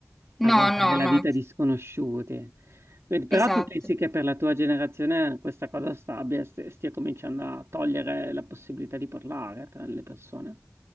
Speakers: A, in the centre; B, on the right (about 65°).
A: No,
B: a guardare
A: no,
B: la
A: no,
B: vita di sconosciuti. Quindi, però
A: esatto.
B: tu pensi che per la tua generazione questa cosa sta- abbia- st- stia cominciando a togliere la possibilità di parlare tra le persone?